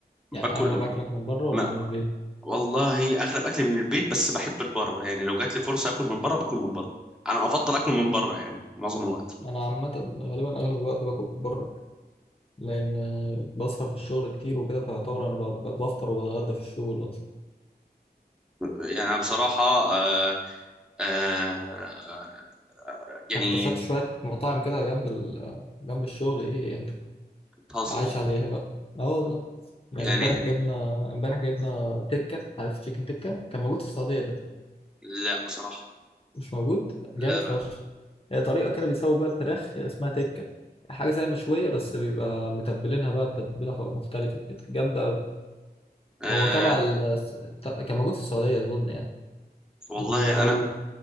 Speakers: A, on the left; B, in the centre.
A: يعني
B: باكل
A: اغلب اكلك من بره
B: ما
A: ولا من البيت
B: والله اغلب اكلي من البيت بس بحب البره يعني لو جات لي فرصه اكل من بره باكل من بره انا افضل اكل
A: مم.
B: من بره يعني معظم الوقت
A: انا عامه غالبا اغلب الوقت باكل بره لان آه، بسهر في الشغل كتير وكده فيعتبر انا ب- ب- بفطر وبتغدى في الشغل اصلا
B: يعني أنا بصراحه آه... آه... آه، يعني
A: اكتشفت شويه مطاعم كده جنب ال... جنب الشغل ايه يعني
B: بتهزر
A: عايش عليها بقى اه والله يعني
B: يعني
A: امبارح جبنا امبارح جبنا تكه عارف تشيكن تكه كان موجود في السعوديه ده
B: لا بصراحه
A: مش موجود
B: لا
A: جامد
B: لا
A: فشخ هي طريقة كده بيسووا بيها الفراخ اسمها تكة حاجة زي مشوية بس بيبقى متبلينها بقى بتتبيلة خ- مختلفة كده جامدة أوي
B: آه،
A: هو تبع ال... س- ت- كان موجود في السعودية أظن يعني
B: والله
A: و...
B: انا
A: و...